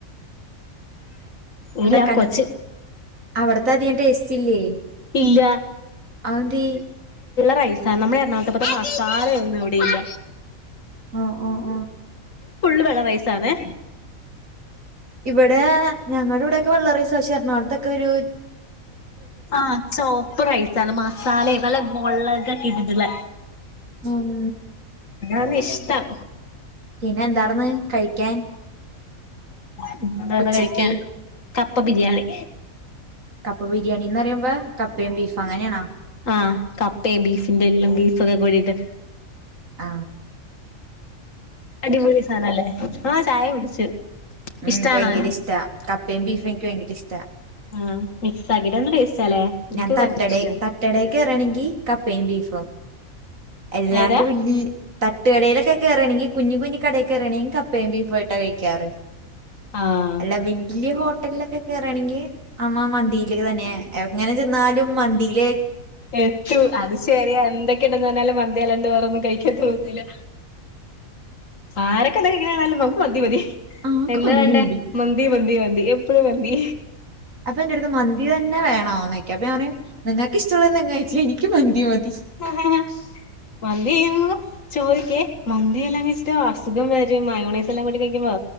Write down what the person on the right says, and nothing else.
എന്താക്കാൻഅവിടത്തെതിന്റെ
ടേസ്റ്റ് ഇല്ലെ
അതെന്തി
അ ആ
ഇവിടെ ഞങ്ങളുടെകെ <unintelligible> പക്ഷേ എറണാകുളത്തൊക്കൊരു
ഉം
പിന്നെ എന്താർന്ന് കഴിക്കാൻ
ഉച്ചക്ക്
കപ്പ ബിരിയാണിന്ന് പറയുമ്പോ കപ്പയും ബീഫും അങ്ങനെയാണോ
ആ
മം
നിക്ക് ഭയങ്കര ഇഷ്ടാ കപ്പയും ബീഫും എനിക്ക് ഭയങ്കര ഇഷ്ടാ
ഞാൻ തട്ടടേ
തട്ടടേ കയറാണെങ്കി കപ്പയും ബീഫും എല്ലാണ്ട്
വല്ലി തട്ടുകടയിലൊക്കെ കയറുവാണെങ്കിൽ കുഞ്ഞ് കുഞ്ഞിക്കടയിൽ കയറുവാണെങ്കിൽ കപ്പയും ബീഫും ആയിട്ട് കഴിക്കാറ്
അല്ല വല്യ ഹോട്ട ഹോട്ടലിലൊക്കെ കേറാണെങ്കി അമ്മ മന്തിയിലേ തന്നെയ എങ്ങനെ ചെന്നാലും മന്തിയിലെ
ആ
മന്തി
മതി
അപ്പൊ ഇന്റെട്ത്ത് മന്തി തന്നെ വേണോന്നെ ക്കെപ്പം ഞാ പറിം നിങ്ങക്ക് ഇഷ്ടള്ളഹ് ചെങ്ങ്യായ്ച്ച ഇനിക്കും മന്തി മതി